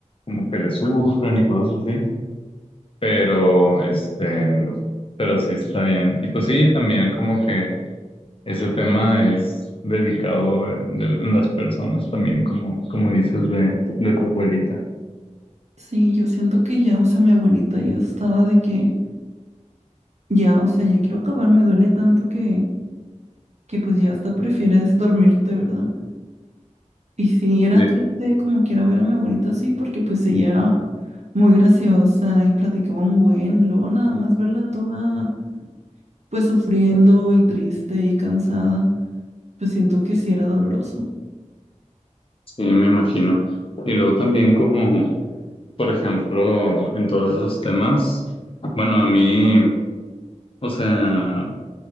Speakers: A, on the left; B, on the right.
A: como que le sufren y cosas así. Pero, este, pero sí está bien. Y pues sí, también como que ese tema es delicado de, de las personas también, como, como dices de, de tu abuelita.
B: Sí, yo siento que ya, o sea, mi abuelita ya estaba de que, ya, o sea, ya quiero acabar, me duele tanto que, que pues ya hasta prefieres dormirte, ¿verdad? Y sí, era
A: Sí,
B: triste como quiera ver a mi abuelita así, porque pues ella era muy graciosa y platicaba un buen, y luego nada más verla toda pues sufriendo y triste y cansada, pues siento que sí era doloroso.
A: sí, me imagino. Y luego también como, por ejemplo, en todos esos temas, bueno, a mí, o sea,